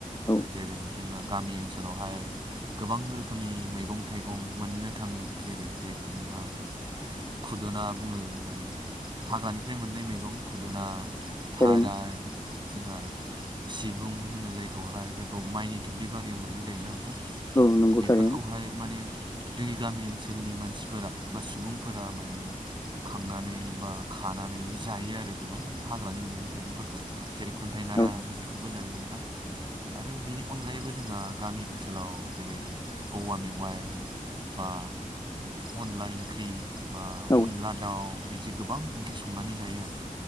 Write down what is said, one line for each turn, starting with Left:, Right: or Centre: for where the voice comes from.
Left: औ
Right: जेरै जोंहा गा गामि ओनसोलावहाय गोबां रोखोमनि मैगं थाइगं मोननो थाङो जेरै जायखौ जोंहा खुदुना बुङो माने हाग्रानिफ्राय मोननाय मैगं खुदुना थाराय
Left: थारैनो
Right: जोंहा सिबुं होनो जायखौहाय जायखौ माइनि दुब्लि बारियाव मोननाय जायोना ओंथां
Left: औ नंगौ
Right: बेफोरखौहाय
Left: थारैनो
Right: माने जोंनि गामि ओनसोलनि मानसिफोरा बा सुबुंफोरा माने खांनानै बा खानानै जायो आरो गोबां हाग्रानि मैगं थाइगंफोरखौ जेरै खुन्थाइनारा
Left: औ
Right: बेफोरखौबो जायो ओंथां आरो बिनि अनगायैबो जोंहा गामि ओनसोलाव जेरै औवा मेवाइ बा अनलाइ ओंख्रि बा
Left: औ
Right: अनला दाउ बिदि गोबां ओंख्रि संनानै जायो आरो।